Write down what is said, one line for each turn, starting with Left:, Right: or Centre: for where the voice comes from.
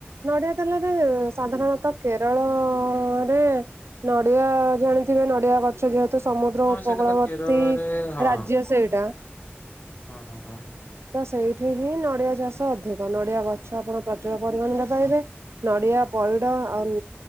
Right: ନଡ଼ିଆ ତେଲରେ ସାଧାରଣତଃ କେରଳରେ ନଡ଼ିଆ ଜଗାଉଥିବେ। ଜଗାଉଥିବେ ନଡ଼ିଆ ଗଛ ଯେହେତୁ ସମୁଦ୍ର
Left: ହଁ
Right: ଉପକୂଳବର୍ତ୍ତୀ
Left: ସେଇଟା ତ କେରଳରେ ହଁ
Right: ରାଜ୍ୟ ସେଇଟା।
Left: ହଁ ହଁ ହଁ।
Right: ତ ସେଇଠି ହିଁ ନଡ଼ିଆ ଚାଷ ଅଧିକ ନଡ଼ିଆ ଗଛ ଆପଣ ପ୍ରଚୁର ପରିମାଣରେ ପାଇବେ। ନଡ଼ିଆ ପଇଡ଼ ଆଉ